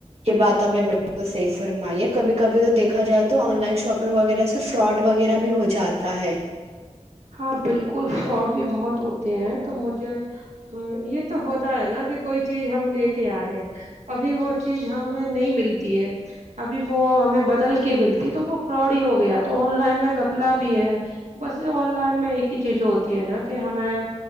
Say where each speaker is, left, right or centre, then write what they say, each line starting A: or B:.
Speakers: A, on the right; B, on the right.
A: یہ بات اپنے بالل صحیح فرمائی ہے کبھی کبھی تو دیکھا جائے تو آن لائن شاپنگ وغیرہ سے فراڈ وغیرہ بھی ہو جاتا ہے
B: ہاں بالکل فراڈ بھی بہت ہوتے ہیں تو مجھے یہ تو ہوتا ہے نا کہ کوئی چیز ہم لے کے آ رہے ہیں ابھی وہ چیز ہمیں نہیں ملتی ہے ابھی وہ ہمیں بدل کے ملتی ہے تو وہ فاڈ ہی ہو گیا تو آن لائن میں گپلا بھی ہے بس یہ ان میں ایک ہی چیز ہوتی ہے نا کہ ہمیں